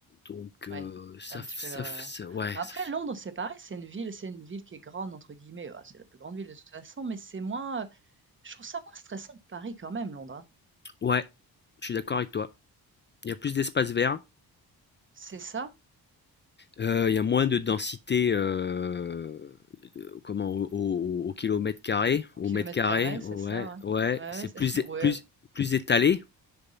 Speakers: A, on the left (about 30°); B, on the right (about 30°).
A: donc heu,
B: ouais. C'est
A: ça
B: un
A: f
B: petit peu.
A: ça
B: euh,
A: f ça ouais,
B: Après,
A: ça f
B: Londres, c'est pareil. C'est une ville, c'est une ville qui est grande entre guillemets. Bah, c'est la plus grande ville de toute façon, mais c'est moins. euh, Je trouve ça moins stressant que Paris quand même, Londres. hein.
A: ouais, je suis d'accord avec toi. Il y a plus d'espace vert.
B: C'est ça.
A: Euh, Il y a moins de densité euh, euh, comment, au, au- au kilomètre carré,
B: Au
A: au
B: kilomètre
A: mètre carré,
B: carré,
A: ouais,
B: c'est ça,
A: ouais,
B: ouais. Ouais,
A: c'est
B: ouais. c'est-
A: plus,
B: <laughs>
A: é-
B: ouais.
A: plus, plus étalé,